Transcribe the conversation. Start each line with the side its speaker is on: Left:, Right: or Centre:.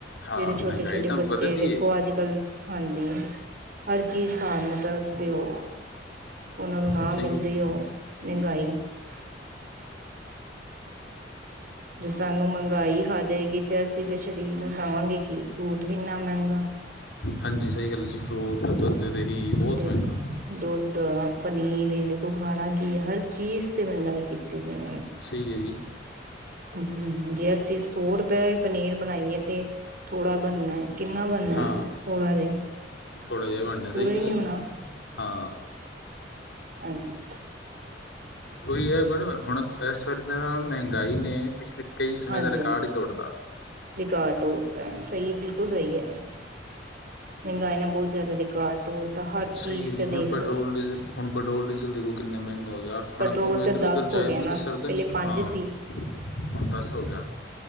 Left: ਹਾਂ,
Right: ਜਿਹੜੇ ਛੋਟੇ
Left: ਮਹਿੰਗਾਈ
Right: ਛੋਟੇ
Left: ਤਾਂ
Right: ਬੱਚੇ
Left: ਵੱਧਦੀ
Right: ਦੇਖੋ
Left: ਏ
Right: ਅੱਜ ਕੱਲ ਹਾਂਜੀ ਹਰ ਚੀਜ਼ ਖਾਣ ਨੂੰ ਤਰਸਦੇ ਹੋ ਉਹਨਾਂ ਨੂੰ ਨਾ
Left: ਸਹੀ
Right: ਮਿਲਦੇ
Left: ਹੈ ਜੀ
Right: ਉਹ ਮਹਿੰਗਾਈ <unintelligible> ਜੇ ਸਾਨੂੰ ਮਹਿੰਗਾਈ ਖਾ ਜਾਏਗੀ ਤਾਂ ਅਸੀਂ ਫਿਰ ਸਰੀਰ ਨੂੰ ਲਾਵਾਂਗੇ ਕਿ ਫਰੂਟ ਵੀ ਇੰਨਾ ਮਹਿੰਗਾ
Left: ਹਾਂਜੀ ਸਹੀ ਗੱਲ ਹੈ ਜੀ ਫਰੂਟ ਦੁੱਧ ਦਹੀਂ ਬਹੁਤ
Right: ਦੇਖ
Left: ਮਹਿੰਗਾ
Right: ਦੁੱਧ ਪਨੀਰ ਦੇਖੋ ਖਾਣਾ ਕੀ ਹੈ ਹਰ ਚੀਜ਼ ਤੇ ਮਹਿੰਗਾਈ ਕੀਤੀ ਜਾਣਾ
Left: ਸਹੀ ਹੈ ਜੀ।
Right: ਹ ਜੇ ਅਸੀਂ ਸੌ ਰੁਪਏ ਵੀ ਪਨੀਰ ਬਣਾਈਏ ਤੇ ਥੋੜਾ ਬਣਨਾ ਹੈ। ਕਿੰਨਾ ਬਣਿਆ
Left: ਹਾਂ
Right: ਥੋੜਾ ਜਿਹਾ
Left: ਥੋੜ੍ਹਾ ਜਿਹਾ ਬਣਨਾ ਸਹੀ
Right: ਪੂਰਾ ਹੀ
Left: ਗੱਲ
Right: ਨਹੀਂ
Left: ਜੀ
Right: ਹੋਣਾ
Left: ਹਾਂ
Right: ਹਾਂਜੀ।
Left: ਉਹੀ ਹੈੈਣ ਹੁਣ ਇਸ ਵਾਰ ਤੇ ਮਹਿੰਗਾਈ ਨੇ ਪਿਛਲੇ ਕਈ ਸਮੇਂ
Right: ਹਾਂਜੀ,
Left: ਦਾ ਰਿਕਾਰਡ
Right: ਹਾਂਜੀ
Left: ਹੀ ਤੋੜਤਾ
Right: ਰਿਕਾਰਡ ਤੌੜ ਤਾਂ ਸਹੀ ਬਿਲਕੁਲ <unintelligible> ਸਹੀ ਹੈ ਮਹਿੰਗਾਈ ਨਾਲ ਬਹੁਤ ਜ਼ਿਆਦਾ ਰਿਕਾਰਡ ਤੋੜਤਾ ਹਰ ਚੀਜ਼
Left: ਸਹੀ ਹੈ ਜੀ
Right: ਤੇ
Left: ਹੁਣ
Right: ਦੇਖ
Left: ਪੈਟਰੋਲ
Right: ਲਓ
Left: ਡੀਜ਼ਲ ਹੁਣ ਪੈਟਰੋਲ ਡੀਜ਼ਲ ਦੇਖੋ ਕਿੰਨਾ ਮਹਿੰਗਾ ਹੋ ਗਿਆ
Right: ਪੈਟਰੋਲ
Left: ਹੁਣ ਆਪਾਂ ਨੂੰ ਇੱਧਰ
Right: ਤੇ
Left: ਉਧਰ
Right: ਹੋ
Left: ਜਾਏ
Right: ਗਿਆ
Left: ਬਿਨਾ ਤੇ
Right: ਨਾ
Left: ਸਰਦਾ
Right: ਪਹਿਲੇ
Left: ਨੀ ਨਾ ਹਾਂ
Right: ਸੀ
Left: ਹੁਣ ਦੱਸ ਹੋ ਗਿਆ